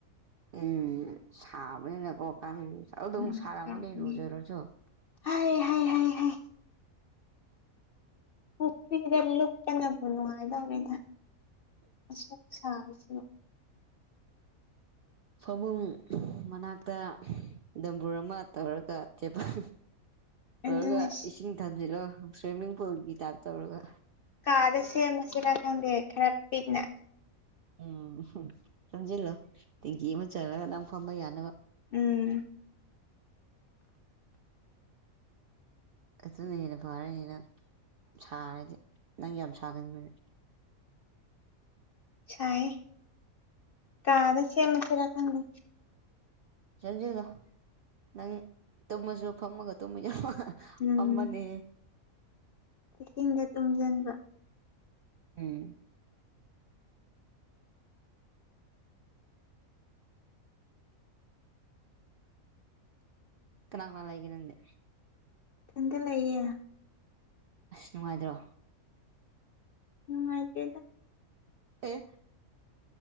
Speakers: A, on the right; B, on the left.
A: ꯎꯝ ꯁꯥꯕꯅꯤꯅꯀꯣ ꯑꯗꯨꯝ
B: ꯎꯝ
A: ꯁꯥꯔꯝꯒꯅꯤ
B: ꯁꯥꯕꯅꯦ꯫
A: ꯔꯨꯖꯔꯨꯁꯨ꯫
B: ꯍꯥꯏ ꯍꯥꯏ ꯍꯥꯏ ꯍꯥꯏ ꯄꯨꯈ꯭ꯔꯤꯗ ꯂꯨꯞꯇꯅꯕꯨ ꯅꯨꯡꯉꯥꯏꯗꯧꯅꯤꯗ ꯑꯁꯨꯛ ꯁꯥꯕꯕꯁꯤ꯫
A: ꯐꯃꯨꯡ ꯃꯅꯥꯛꯇ ꯗꯝꯕꯨꯔ ꯑꯃ ꯇꯧꯔꯒ ꯊꯦꯄꯜ ꯇꯧꯔꯒ
B: ꯑꯗꯨꯅ
A: ꯏꯁꯤꯡ ꯊꯝꯖꯤꯜꯂꯣ ꯁ꯭ꯋꯤꯃꯤꯡ ꯄꯨꯜꯒꯤ ꯇꯥꯏꯞ ꯇꯧꯔꯒ
B: ꯄꯗꯁꯦ ꯃꯁꯂ ꯈꯗ ꯈꯔꯞ ꯄꯤꯛꯅ
A: ꯎꯝ ꯊꯝꯖꯤꯜꯂꯣ ꯇꯦꯡꯀꯤ ꯑꯃ ꯆꯜꯂꯒ ꯅꯪ ꯐꯝꯕ ꯌꯥꯅꯕ
B: ꯎꯝ꯫
A: ꯑꯗꯨꯅ ꯍꯦꯟꯅ ꯐꯔꯅꯤꯅ ꯁꯥꯔꯗꯤ ꯅꯪ ꯌꯥꯝ ꯁꯥꯒꯟꯕꯅꯦ꯫ ꯎꯝ꯫
B: ꯁꯥꯏ ꯀꯥꯗ ꯁꯦꯝꯃꯁꯤꯦꯔꯥ ꯈꯪꯗ
A: ꯁꯟꯖꯦꯜꯗꯣ ꯅꯪ ꯇꯨꯝꯃꯁꯨ ꯐꯝꯃꯒ ꯇꯨꯝꯃ ꯌꯥꯎ
B: ꯎꯝ
A: ꯑꯃꯅꯤ
B: ꯏꯁꯤꯡꯗ ꯇꯨꯝꯁꯤꯟꯕ
A: ꯎꯝ ꯀꯅꯥ ꯀꯅꯥ ꯂꯩꯒꯦ ꯅꯪꯗꯤ
B: ꯊꯟꯗ ꯂꯩꯌꯦ
A: ꯑꯁ ꯅꯨꯡꯉꯥꯏꯗ꯭ꯔꯣ
B: ꯃꯥꯏ ꯏꯀꯣꯏꯗ
A: ꯑꯦ